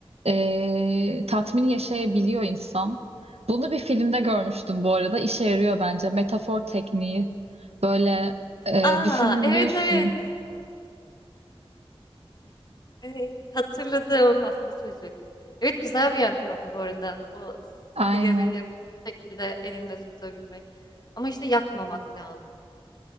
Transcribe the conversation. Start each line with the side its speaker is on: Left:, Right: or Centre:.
Right: ee, tatmini yaşayabiliyor insan. Bunu bir filmde görmüştüm bu arada. İşe yarıyor bence. Metafor tekniği. Böyle ee,
Left: Aa
Right: düşünüyorsun.
Left: evet evet. Evet, hatırladım hasta çocuk. Evet güzel bir yöntem bu arada. O
Right: Aynen.
Left: sigarayı bu şekilde elinde tutabilmek. Ama işte yakmamak lazım.